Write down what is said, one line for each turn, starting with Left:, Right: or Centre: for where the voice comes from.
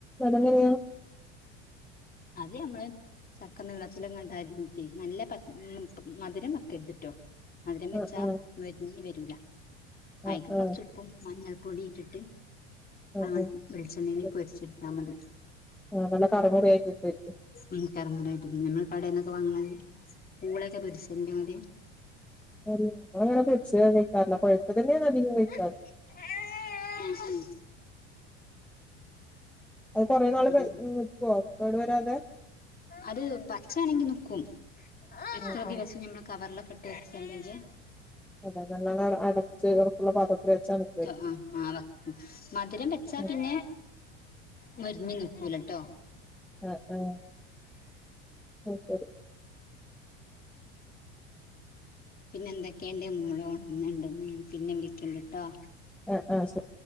Centre: അതെങ്ങനെയാ
Left: അത് ഞമ്മള് ചക്ക നീളത്തിലങ്ങാണ്ട് അര്ഞ്ട്ട് നല്ല തക് മധുരം വെക്കര്ത് ട്ടോ മധുരം വെച്ചാ
Centre: ആ ആ
Left: മൊര്ഞ് വരൂല
Centre: ആ
Left: അയ്ക്ക്
Centre: ആ
Left: കൊർച്ച്പ്പും മഞ്ഞൾപ്പൊടി ഇട്ടിട്ട്
Centre: ആ ആ
Left: അങ്ങന വെളിച്ചെണ്ണയില്
Centre: ശരി.
Left: പൊരിച്ചെടുത്താ മതി
Centre: ആ നല്ല കറ് മുറ യായിട്ട് കിട്ടേര്ക്കും
Left: ഉം കറു മുറേ ആയ്ട്ട് ത്ന്നും കടയിന്നൊക്കെ വാങ്ങ്ണാതിരി പൂളൊക്കെ പൊര്ച്ചന്റെ മാതിരി
Centre: അമ്മള് അങ്ങനെ പൊരിച്ചേ ഒന്നും കഴിക്കാറില്ല പഴുത്തതന്നെയാണ് അധികും കഴിക്
Left: ആഹ് ആഹ്
Centre: അത് കൊറേ നാള് കെ
Left: ഉം
Centre: നിക്കുവോ കേടുവരാതെ
Left: അത് പച്ചയാണെങ്കി നിക്കും എത്ര
Centre: ആ ആ
Left: ദിവസം നമ്മള് കവറിലെക് <unintelligible>
Centre: അത നല്ല അടച്ച് ഉറപ്പുള്ള പത്രത്തിൽ വച്ച നിക്കുവാരികും
Left: ഉം ആണ് മധുരം വെച്ചാ
Centre: ഉം.
Left: പിന്നെ മൊരിഞ്ഞു നിക്കൂലട്ടോ
Centre: ആഹ് ആഹ് ആയ്ശരി
Left: പിന്നെ എന്തൊക്കെയ എന്റെ മോളോണന്നണ്ട ഞാൻ പിന്നെ വിളിക്കണ്ടിട്ടോ
Centre: ആ ആ ശെരി